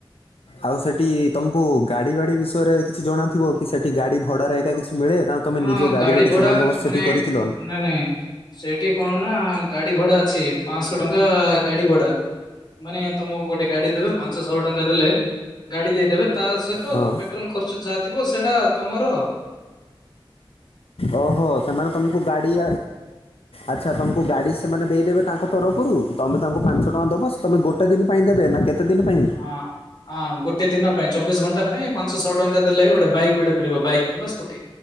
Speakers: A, on the left; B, on the left.
A: ଆଉ ସେଠି ତମକୁ ଗାଡ଼ି ବାଡ଼ି ବିଷୟରେ କିଛି ଜଣାଥିବ କି ସେଠି ଗାଡ଼ି ଭଡ଼ାରେ ଏକ ଏକା କିଛି ମିଳେ ନା ତମେ
B: ହଁ
A: ନିଜ ଗାଡ଼ିର
B: ଗାଡି
A: କିଛି
B: ଭଡା
A: ବନ୍ଦୋବସ୍ତ ସେଠି
B: ମାନେ
A: କରିଥିଲ
B: ନାଇ ନାଇଁ ସେଇଠି କଣ ନା ଗାଡି ଭଡା ଅଛି ପାଁଶହ ଟଙ୍କା ଗାଡି ଭଡା ମାନେ ତମକୁ ଗୋଟେ ଗାଡି ଦେବେ ପାଞ୍ଚଶହ ଟଙ୍କା ଦେଲେ ଗାଡି ଦେଇଦେବେ ତା ସହିତ
A: ହଁ
B: ପେଟ୍ରୋଲ ଖର୍ଚ୍ଚ ଯାହା ଥିବ ସେଇଟା ତମର
A: ଓହୋ ସେମାନେ ତମକୁ ଗାଡି
B: ହ
A: ଆଚ୍ଛା ତମକୁ ଗାଡ଼ି ସେମାନେ ଦେଇଦେବେ ତାଙ୍କ ତରଫରୁ ତମେ ତାଙ୍କୁ ପାଞ୍ଚ ଟଙ୍କା ଦବ ତମେ ଗୋଟ ଗୋଟେ ଦିନ୍ ପାଇଁ ଦେବେ ନା କେତେ ଦିନ ପାଇଁ
B: ହଁ ହଁ ଗୋଟେ ଦିନ୍ ପାଇଁ ଚବିଶ ଘଣ୍ଟା ପାଇଁ ପାଞ୍ଚଶହ ଟଙ୍କା ଦେଲେ ଗୋଟେ ବାଇକ୍ ଗୋଟେ ମିଳିବ ବାଇକ୍ କିମ୍ବା ସ୍କୁଟି